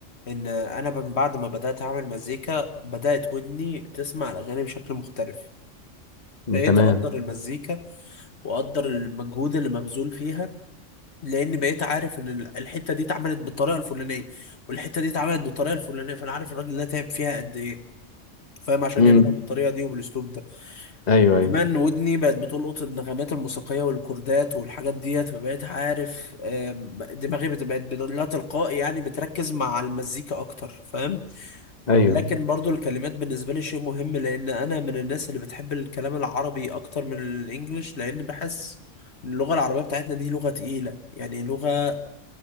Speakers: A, on the left; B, on the left.
A: ان انا من بعد ما بدات اعمل مزيكا بدات ودني تسمع الاغاني بشكل مختلف بقيت
B: تمام
A: اقدر المزيكا واقدر المجهود اللي مبذول فيها لان بقيت عارف ان ال- الحته دي اتعملت بالطريقه الفلانيه والحته دي اتعملت بالطريقه الفلانيه فانا عارف الراجل ده تعب فيها قد ايه فاهم عشان
B: امم
A: يعملها بالطريقه دي وبالاسلوب ده
B: ايوه ايوه
A: كمان ودني بقت بتلقط النغمات الموسيقيه والكوردات والحاجات ديت فبقيت عارف آم، دماغي بت- بقت بدل- لا تلقائي يعني بتركز مع المزيكا اكتر فاهم ولكن
B: ايوه
A: برضو الكلمات بالنسبه لي شيء مهم لان انا من الناس اللي بتحب الكلام العربي اكتر من الانجليش لان بحس اللغه العربيه بتاعتنا دي لغه تقيله يعني لغه